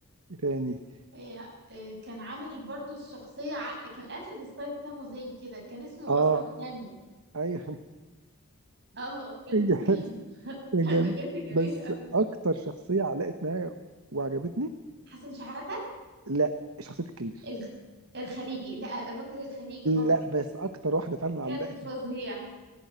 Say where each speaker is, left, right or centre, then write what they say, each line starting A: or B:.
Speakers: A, on the right; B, on the right.
A: إيه تاني
B: إيه إيه كان عامل برضو الشخصية ع... كان اخد ستايل سامو زين كده كان اسمه
A: أه
B: اصلا سامو
A: أيوه
B: اه كان
A: <laughs>
B: بجد <laughs>
A: كان
B: كان
A: جامد
B: بجد جميل
A: بس
B: قوي
A: اكتر شخصيه علقت معايا وعجبتني
B: حسن شحاتة
A: لا شخصيه الكبير
B: الخ... الخليجي لا الراجل الخليجي برضو
A: لا بس اكتر واحده فعلا
B: كان
A: علقت
B: فظيع
A: معايا